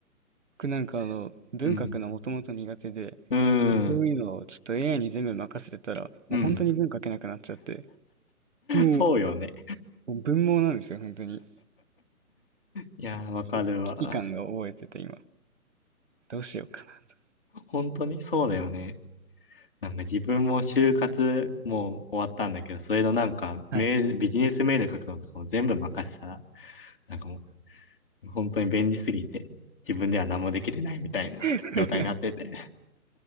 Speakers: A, on the right (about 50°); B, on the left (about 35°).
A: 僕なんかあの文学がもともと苦手で、
B: うん。うーん。
A: で、そういうのをちょっと AI に全部任せてたら、
B: うん。
A: もう本当に文書けなくなっちゃって、もう、
B: そうよね。
A: もう文盲なんですよ、本当に。
B: いやー、わかるわ。
A: ちょっと危機感が覚えてて今。どうしようかなと。
B: 本当にそうだよね。なんか自分も就活もう終わったんだけど、それのなんかメール、
A: はい。
B: ビジネスメール書くのとかも全部任せたら、なんかもう本当に便利すぎて、自分では何もできてないみたいな状態になってて。
A: <laughs>